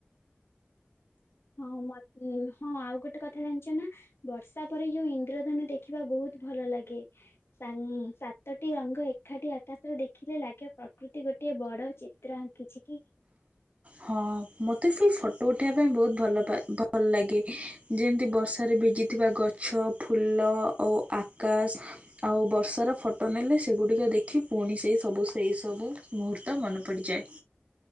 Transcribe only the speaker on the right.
ହଁ ମତେ ସେ ଫଟୋ ଉଠେଇବା ପାଇଁ ବହୁତ ଭଲପାଏ ଭଲ ଲାଗେ? ଯେମିତି ବର୍ଷାରେ ବିଜିଥିବା ଗଛ ଫୁଲ ଓ ଆକାଶ ଆଉ ବର୍ଷର ଫଟୋ ନେଲେ ସେଗୁଡ଼ିକ ଦେଖି ପୁଣି ସେଇ ସବୁ ସେଇ ସବୁ ମୁହୂର୍ତ୍ତ ମନେ ପଡ଼ିଯାଏ।